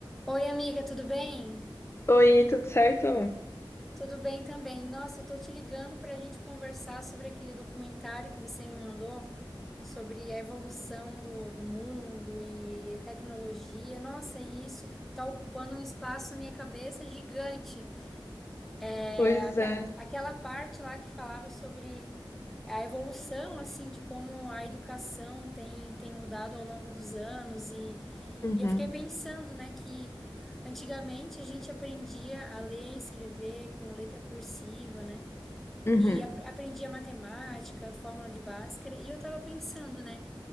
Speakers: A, in the centre; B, on the left (about 30°).
A: Oi, amiga, tudo bem?
B: Oi, tudo certo?
A: Tudo bem também. Nossa, eu tô te ligando pra gente conversar sobre aquele documentário que você me mandou sobre a evolução do, do mundo e tecnologia. Nossa, e isso tá ocupando um espaço na minha cabeça gigante. É,
B: Pois
A: aque-
B: é.
A: aquela parte lá que falava sobre a evolução assim de como a educação tem, tem mudado ao longo dos anos e,
B: Uhum,
A: e eu fiquei pensando, né, que antigamente a gente aprendia a ler e escrever com letra cursiva, né?
B: uhum,
A: E ap- aprendia matemática, fórmula de Bhaskara, e eu tava pensando, né,